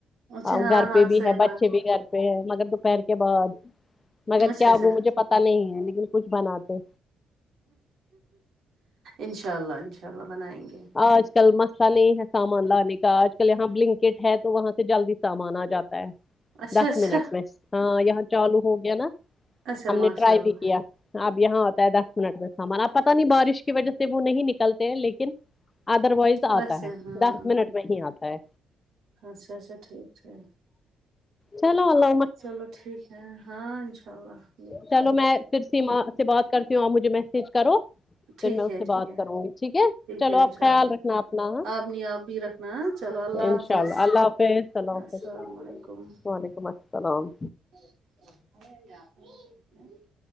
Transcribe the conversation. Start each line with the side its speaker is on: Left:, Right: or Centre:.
Right: اچھا
Left: اور
Right: ہاں
Left: گھر
Right: ہاں
Left: پہ بھی
Right: صحیح
Left: ہے بچے
Right: بات
Left: بھی گھر پ پہ ہے مگر دوپہر کے بعد مگر
Right: اچھا
Left: کیا
Right: اچھا
Left: وہ مجھے پتا نہیں ہے لیکن کچھ بناتے
Right: انشاء اللہ انشاء اللہ بنائیں گے
Left: آج کل مسئلہ نہیں ہے سامان لانے کا آج کل یہاں بلنک اٹ ہے تو وہاں سے جلدی سامان آجاتا ہے
Right: اچھا
Left: دس
Right: اچھا
Left: منٹ میں ہاں یہاں چالو ہو گیا ناں
Right: اچھا
Left: ہم
Right: ماشاء
Left: نے ٹرائی
Right: اللہ
Left: بھی کیا اب یہاں آتا ہے دس منٹ کا سامان اب پتہ نہیں بارش کی وجہ سے وہ نہیں نکلتے ہیں لیکن ادر وائز
Right: ویسے
Left: آتا ہے
Right: ہاں
Left: دس منٹ میں ہی آتا ہے
Right: اچھا اچھا ٹھیک ہے
Left: چلو اللہ
Right: چلو ٹھیک ہے ہاں انشاء اللہ دیکھتے
Left: چلو
Right: ہیں
Left: میں پھر سیما سے بات کرتی ہوں آپ مجھے میسج کرو
Right: ٹھیک
Left: پھر میں اس
Right: ہے
Left: سے بات
Right: ٹھیک ہے
Left: کروں گی ٹھیک ہے چلو
Right: ہے انشاء
Left: اب خیال
Right: اللہ
Left: رکھنا اپنا
Right: آپ نہیں آپ بھی رکھنا چلو اللہ
Left: انشاء
Right: حافظ
Left: اللہ اللہ حافظ اللہ
Right: السلام
Left: حافظ
Right: علیکم
Left: وعلیکم السلام
Right: <unintelligible>